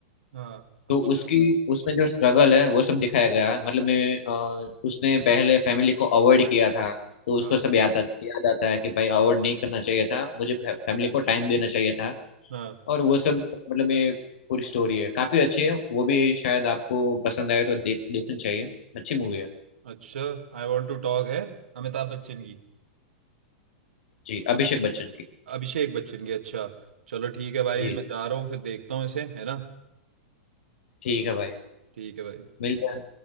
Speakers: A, on the right (about 80°); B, on the left (about 70°).
A: हाँ अच्छा
B: तो उसकी उसमें जो स्ट्रगल है वो सब दिखाया गया मतलब मैं अ, उसने पहले फैमिली को अवॉइड किया था तो
A: हाँ
B: उसको सब याद आता याद आता है कि भाई अवॉइड नहीं करना चाहिए था मुझे फैमिली को टाइम देना चाहिए था
A: हाँ
B: और वो सब मतलब मैं पूरी स्टोरी है काफी अच्छी है वो भी शायद आपको पसंद आए तो देख देखनी चाहिए अच्छी मूवी है
A: अच्छा आई वॉन्ट टू टॉक है अमिताभ बच्चन की
B: जी अभिषेक बच्चन की
A: अभिषेक बच्चन की अच्छा चलो ठीक है भाई
B: जी
A: मैं जा रहा हूँ फिर देखता हूँ इसे है ना
B: ठीक है भाई
A: ठीक है भाई
B: मिलते हैं